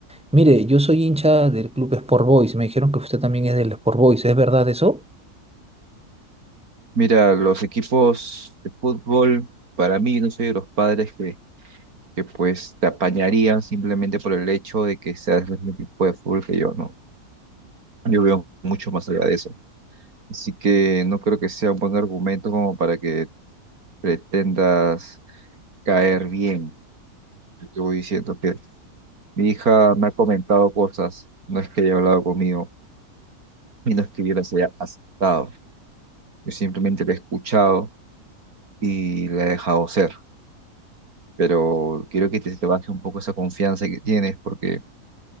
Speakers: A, in the centre; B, on the right.
A: Mire, yo soy hincha del club Sport Boys, me dijeron que usted también es del Sport Boys, ¿es verdad eso?
B: Mira, los equipos de fútbol, para mí, no soy de los padres que, que pues te apañarían simplemente por el hecho de que seas del mismo equipo de fútbol que yo, ¿no? Yo veo mucho más allá de eso. Así que no creo que sea un buen argumento como para que pretendas caer bien. Yo te voy diciendo que mi hija me ha comentado cosas, no es que haya hablado conmigo y no es que yo las haya aceptado. Yo simplemente la he escuchado y la he dejado ser. Pero quiero que te, te baje un poco esa confianza que tienes porque